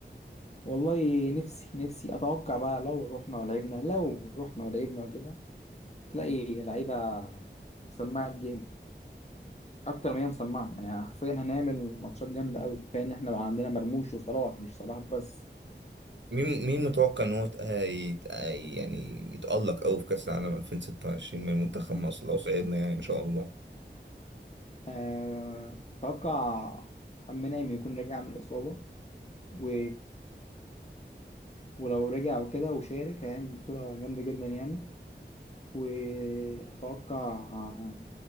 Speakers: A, on the left (about 35°); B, on the right (about 75°).
A: والله نفسي نفسي اتوقع بقى لو رحنا ولعبنا لو رحنا ولعبنا وكده هتلاقي لعيبة سماعة جيم اكتر ما هي مسمعه يعني حرفيا هنعمل ماتشات جامده قوي كفايه ان احنا بقى عندنا مرموش وصلاح مش صلاح بس
B: مين مين متوقع إن هو يت- يت- يعني يتألق أوي في كأس العالم 2026 من منتخب مصر لو صعدنا يعني إن شاء الله
A: أه... اتوقع امام يكون رجع من الاصابه و... ولو رجع وكده وشارك هيعمل بطوله جامده جدا يعني واتوقع آه،